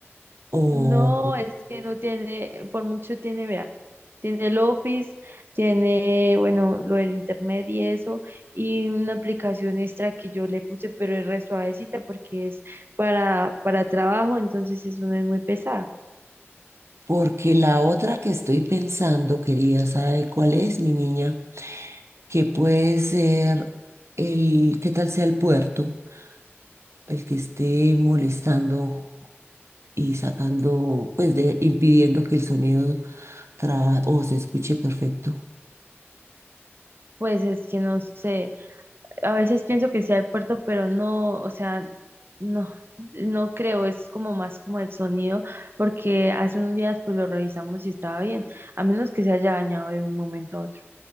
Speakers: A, on the right; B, on the right.
A: o
B: No, es que no tiene, por mucho tiene, vea, tiene el Office, tiene, bueno, lo del internet y eso, y una aplicación extra que yo le puse, pero es re suavecita porque es para, para trabajo, entonces eso no es muy pesada.
A: Porque la otra que estoy pensando, quería saber cuál es, mi niña? Que puede ser el, ¿qué tal sea el puerto? El que esté molestando y sacando, pues de, impidiendo que el sonido tra- o se escuche perfecto.
B: Pues es que no sé, a veces pienso que sea el puerto, pero no, o sea, no, no creo, es como más como el sonido, porque hace unos días pues lo revisamos y estaba bien, a menos que se haya dañado de un momento a otro.